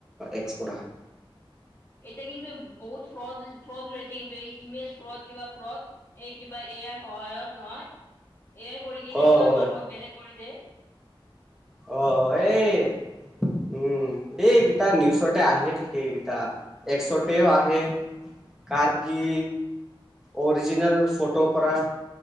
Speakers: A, in the centre; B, on the left.
A: একস পৰা ।
B: এতিয়া কিন্তু বহুত ফ্ৰড ফ্ৰড ওলাইছে কিন্তু, এই ইমেজ ফ্ৰড কিবা ফ্ৰড । এই কিবা এ আই সহায়ত নহয় এ আই কৰি কিনে
A: অ
B: কিবা
A: অ
B: মানুহ বেলেগ কৰি দ।
A: অ এই
B: কিন্তু।
A: উম এইকেইটা নিউজতে আহিয়ে থাকে এইকেইটা একছতেও আহে । কাৰ কি অৰিজিনেল ফটো পৰা,